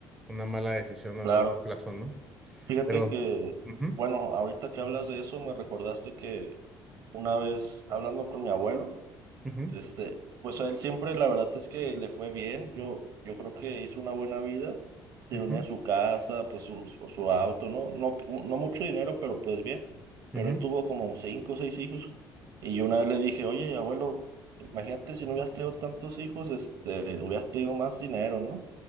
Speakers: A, in the centre; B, on the right (about 50°).
A: una mala decisión a
B: Claro.
A: largo plazo, ¿no?
B: Fíjate
A: Pero,
B: que,
A: ujú,
B: bueno, ahorita que hablas de eso, me recordaste que una vez hablando con mi abuelo,
A: ujú,
B: este, pues a él siempre la verdad es que le fue bien. Yo, yo creo que hizo una buena vida. Tiene
A: ujú,
B: su casa, pues su, su su auto, ¿no? No, no mucho dinero, pero pues bien.
A: ujú,
B: Pero él tuvo como cinco o seis hijos. Y yo una vez le dije, oye, abuelo, imagínate si no hubieras tenido tantos hijos, este, hubieras tenido más dinero, ¿no?